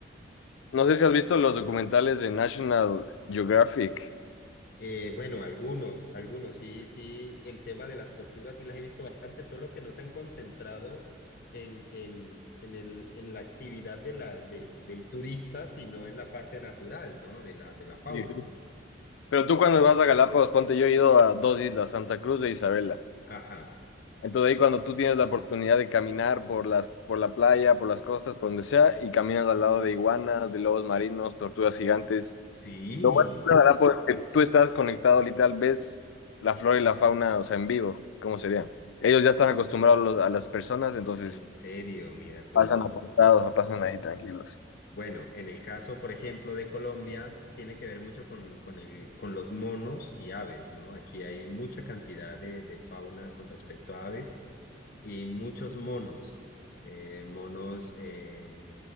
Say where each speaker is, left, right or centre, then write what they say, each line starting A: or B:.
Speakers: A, on the left; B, on the left.
A: No sé si has visto los documentales de National Geographic.
B: Eh, bueno, algunos, algunos, sí, sí, el tema de las tortugas sí las he visto bastante, solo que no se han concentrado en, en, en el, en la actividad de la, del, del turista, sino en la parte natural, ¿no? De la, de la fauna.
A: Sí, justo. Pero tú cuando vas a Galápagos, ponte, yo he ido a dos islas, Santa Cruz e Isabela.
B: Ajá,
A: Entonces ahí cuando tú tienes la oportunidad de caminar por las, por la playa, por las costas, por donde sea, y caminas al lado de iguanas, de lobos marinos, tortugas gigantes.
B: sí,
A: Lo bueno de la Galápagos es que tú estás conectado literal, ves la flora y la fauna, o sea, en vivo, ¿cómo sería? Ellos ya están acostumbrados los- a las personas, entonces
B: en serio, mira tú.
A: pasan apartados, pasan ahí tranquilos.
B: Bueno, en el caso, por ejemplo, de Colombia, tiene que ver mucho con, con el, con los monos y aves, ¿no? Aquí hay mucha cantidad de, de fauna con respecto a aves. y muchos monos, eh, monos eh,